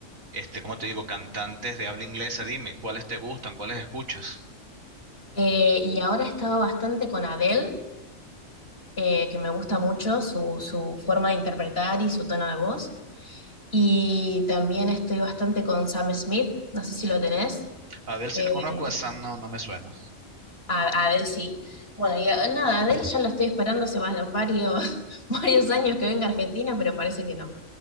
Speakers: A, on the right (about 85°); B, on the left (about 45°).
A: este, ¿cómo te digo?, cantantes de habla inglesa, dime, ¿cuáles te gustan? ¿Cuáles escuchas?
B: eh, y ahora estaba bastante con Adele eh, que me gusta mucho su, su forma de interpretar y su tono de voz. Y también estoy bastante con Sam Smith, no sé si lo tenés.
A: A Adele sí
B: Eh,
A: la conozco, a Sam no, no me suena.
B: a, a Adele sí. Bueno, y a- nada, Adele ya lo estoy esperando hace va- varios, <laughs> varios años que venga a Argentina, pero parece que no,